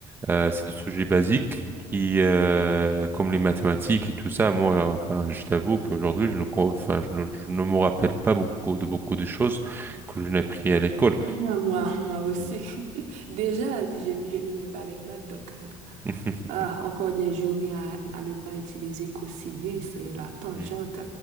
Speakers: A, on the right; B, on the right.
A: Euh, c'est des sujets basiques qui, euh, comme les mathématiques et tout ça, moi, euh, enfin, je t'avoue qu'aujourd'hui, je ne, co- enfin, je ne, je ne me rappelle pas beaucoup de beaucoup de choses que je n'ai appris à l'école.
B: <laughs> Moi, moi aussi.
A: Mm.
B: <laughs> Déjà, je, je n'aimais pas les maths, donc.
A: <laughs>
B: Ah, encore des journées à, à ne pas utiliser cosinus, euh, la tangente,
A: Mm.